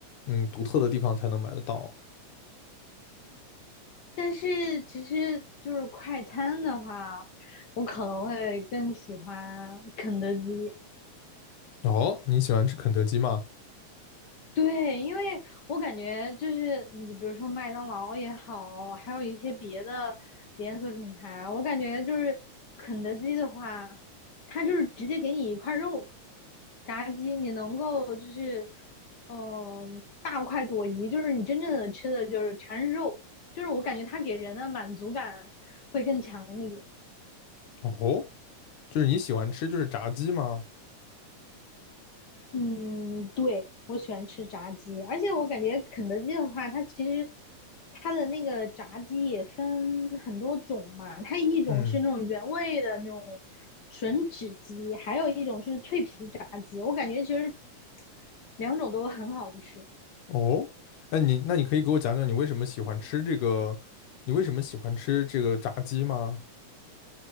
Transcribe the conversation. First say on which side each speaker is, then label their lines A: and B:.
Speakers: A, on the left; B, on the left.
A: 嗯独特的地方才能买得到。
B: 但是其实就是快餐的话，我可能会更喜欢肯德基。
A: 哦，你喜欢吃肯德基吗？
B: 对，因为我感觉就是你比如说麦当劳也好，还有一些别的连锁品牌，我感觉就是肯德基的话，它就是直接给你一块肉，炸鸡，你能够就是嗯大快朵颐，就是你真正的吃的就是全是肉，就是我感觉它给人的满足感会更强一点。
A: 哦，就是你喜欢吃就是炸鸡吗？
B: 嗯，对，我喜欢吃炸鸡，而且我感觉肯德基的话，它其实它的那个炸鸡也分很多种嘛，它一种是那种原味的那种
A: 嗯，
B: 吮指鸡，还有一种是脆皮炸鸡，我感觉其实两种都很好吃。
A: 哦，那你那你可以给我讲讲你为什么喜欢吃这个，你为什么喜欢吃这个炸鸡吗？